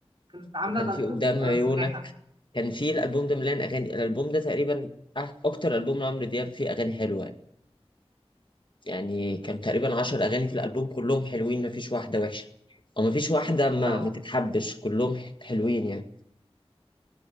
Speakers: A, on the right; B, on the left.
A: كانت عاملة
B: وكان
A: ضجة
B: في قدام
A: برضه
B: عيونك
A: انا فاكراها
B: كان في الألبوم ده مليان أغاني الألبوم ده تقريبا أح- أكتر ألبوم لعمرو دياب فيه أغاني حلوة يعني يعني كان تقريبا عشر أغاني في الألبوم كلهم حلوين مفيش واحدة وحشة أو مفيش واحدة ما,
A: اه
B: ما تتحبش كلهم ح- حلوين يعني